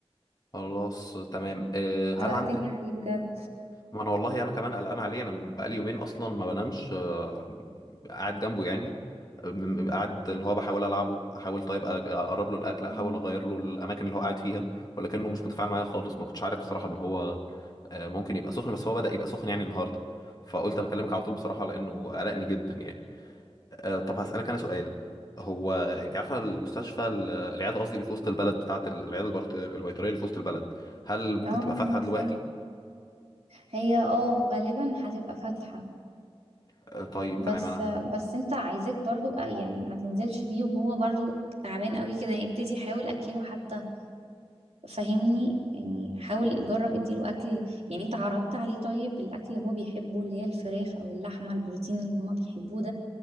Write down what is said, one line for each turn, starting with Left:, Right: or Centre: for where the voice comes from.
Left: خلاص تمام آه، هل
Right: قلقتني
Left: عندك
Right: عليه بجد
Left: ما انا والله انا كمان قلقان عليه انا بقالي يومين اصلا ما بنامش آه، قاعد جنبه يعني أم- قاعد اللي هو بحاول العبه احاول طيب أ- اقرب له الاكل احاول
Right: مم.
Left: اغير له الاماكن اللي هو قاعد فيها ولكنه مش متفاعل معايا خالص ما كنتش عارف بصراحه ان هو آه، ممكن يبقى سخن بس هو بدأ يبقى سخن يعني النهارده فقلت اما اكلمك على طول بصراحه لانه قلقني جدا يعني آه، طب هسألك انا سؤال هو انت عارفه المستشفى ال- العياده قصدي اللي في وسط البلد بتاعه ال- العياده البرت- البيطريه اللي في وسط البلد هل ممكن
Right: اه
Left: تبقى فاتحه
Right: انا عارفاه
Left: دلوقتي
Right: هي اه غالبا هتبقى فاتحة
Left: آه، طيب تمام
Right: بس
Left: انا
Right: بس انت عايزاك برضو اه يعني ما تنزلش بيه وهو برضو تعبان قوي كده يعني ابتدي حاول اكله حتى فهمني يعني حاول جرب اديله اكل يعني انت عرضت عليه طيب الاكل اللي هو بيحبه اللي هي الفراخ او اللحمه البروتين اللي هما بيحبوه